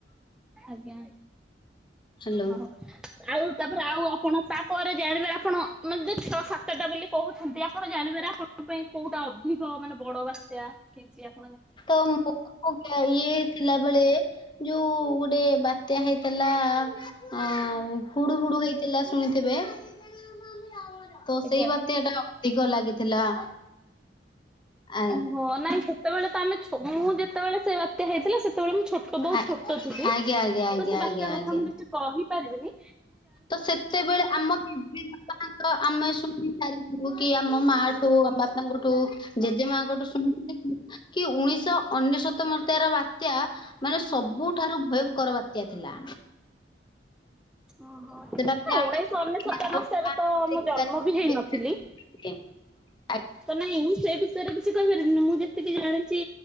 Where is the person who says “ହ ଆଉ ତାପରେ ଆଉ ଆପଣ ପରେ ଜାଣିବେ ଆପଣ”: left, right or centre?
Centre